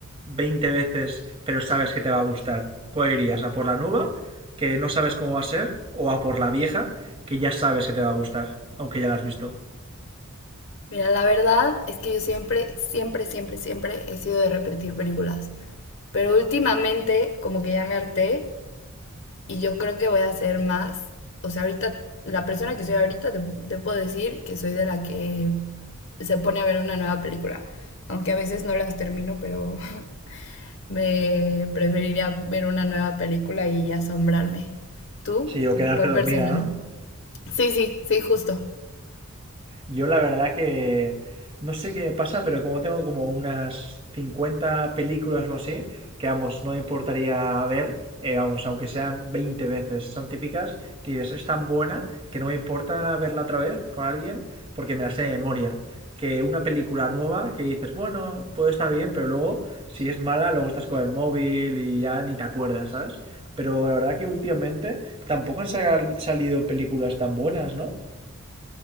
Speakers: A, on the right (about 25°); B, on the left (about 60°).
A: 20 veces pero sabes que te va a gustar? ¿Cuál irías? ¿A por la nueva, que no sabes cómo va a ser? ¿O a por la vieja, que ya sabes que te va a gustar, aunque ya la has visto?
B: Mira, la verdad es que yo siempre, siempre, siempre, siempre he sido de repetir películas. Pero últimamente como que ya me harté y yo creo que voy a hacer más. O sea, ahorita, la persona que soy ahorita, te, te puedo decir que soy de la que se pone a ver una nueva película. Aunque a veces no las termino, pero <laughs> me preferiría ver una nueva película y asombrarme. ¿Tú?
A: Sí, o quedarte
B: ¿Cuál
A: dormida,
B: persona?
A: ¿no?
B: Sí, sí, sí, justo.
A: Yo la verdad que no sé qué me pasa, pero como tengo como unas 50 películas o así, que vamos, no me importaría ver, eh, vamos, aunque sean 20 veces, son típicas, que dices, es tan buena que no me importa verla otra vez con alguien porque me la sé de memoria. Que una película nueva que dices, bueno, puede estar bien, pero luego, si es mala, luego estás con el móvil y ya ni te acuerdas, ¿sabes? Pero la verdad que últimamente tampoco han sal- salido películas tan buenas, ¿no?